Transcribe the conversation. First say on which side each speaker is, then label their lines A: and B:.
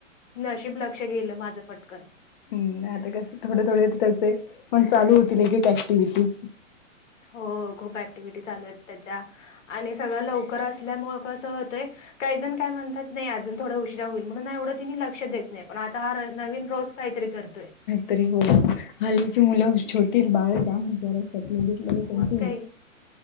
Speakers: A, on the left (about 65°); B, on the left (about 40°).
A: नशीब लक्ष गेलं माझं पटकन
B: हम् आता कस थोडे थोडे त्याचे पण चालू होतील एक एक ऍक्टिव्हटी
A: हो खूप ऍक्टिव्हटी चालू आहेत त्याच्या आणि सगळं लवकर असल्यामुं कसं होतंय काही जण काय म्हणतात नाही अजून थोडा उशरा होईल म्हणून एवढं तिने लक्ष देत नाही पण आता हा नवीन रोज काहीतरी करतोय
B: तरी हो हलीची मुलं छोटी बाळ कामजार सप घेते त्यांचे
A: मग
B: हो
A: काही